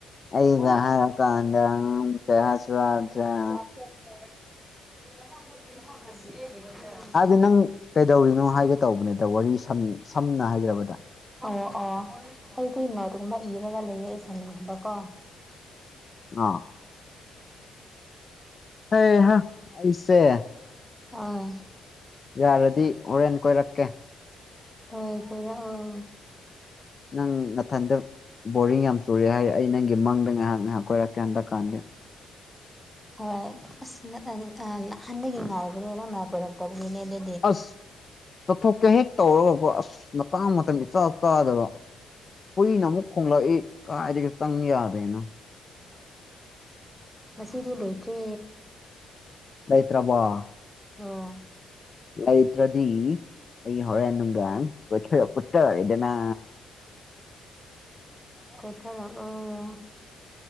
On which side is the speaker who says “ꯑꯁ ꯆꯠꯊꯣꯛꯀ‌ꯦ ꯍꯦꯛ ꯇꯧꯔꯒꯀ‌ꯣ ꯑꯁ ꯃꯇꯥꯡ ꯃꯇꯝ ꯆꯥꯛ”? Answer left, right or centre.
Left